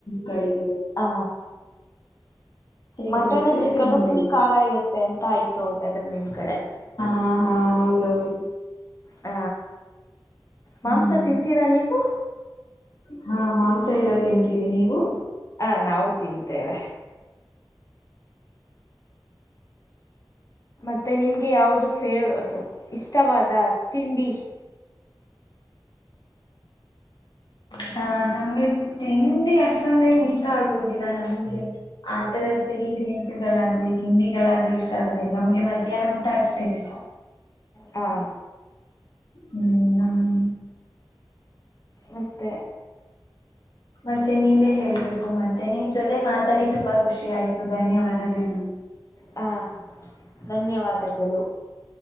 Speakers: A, on the left; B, on the left.
A: ಕ <unintelligible>
B: ಹ
A: ಅದಕ್ಕೋಸ್ಕರ
B: ಮಟನ್ ಚಿಕನ್
A: ತಿನ್ನೋದಿಲ್ಲ
B: ಫುಲ್ ಖಾರ ಇರುತ್ತೆ ಅಂತ ಆಯ್ತು ಹಗೆ ಅದ್ರೆ ನಿಮ್ ಕಡೆ
A: ಹಾ ಹಾ ಹೌದೌದು
B: ಹ ಮಾಂಸ
A: ಹ್ಮ್
B: ತಿಂತೀರಾ ನೀವು
A: ಹಾ ಮಾಂಸ ಎಲ್ಲಾ ತಿಂತೀವಿ ನೀವು
B: ಹ ನಾವು ತಿಂತೇವೆ ಮತ್ತೆ ನಿಮ್ಗೆ ಯಾವುದು ಫೇವ ಇಷ್ಟವಾದ ತಿಂಡಿ
A: ಹ ನಮ್ಗೆ ತಿಂಡಿ ಅಷ್ಟೊಂದೇನು ಇಷ್ಟ ಆಗುವುದಿಲ್ಲ ನಮ್ಗೆ ಆತರ ಸಿಹಿ ತಿನಸುಗಳಾಗ್ಲಿ ತಿಂಡಿಗಳಾಗ್ಲಿ ಇಷ್ಟ ಆಗುದಿಲ್ಲ ನಮ್ಗೆ ಮಧ್ಯಾಹ್ನ ಊಟ ಅಷ್ಟೇ ಇಷ್ಟ
B: ಹಾ
A: ಹ್ಮ್ ಹ್ಮ
B: ಮತ್ತೆ
A: ಮತ್ತೆ ನೀವೇ ಹೇಳ್ಬೇಕು ಮತ್ತೆ ನಿಮ್ ಜೊತೆ ಮಾತಾಡಿ ತುಂಬಾ ಖುಷಿ ಆಯ್ತು ಧನ್ಯವಾದ ಹೇಳು
B: ಹಾ ಧನ್ಯವಾದಗಳು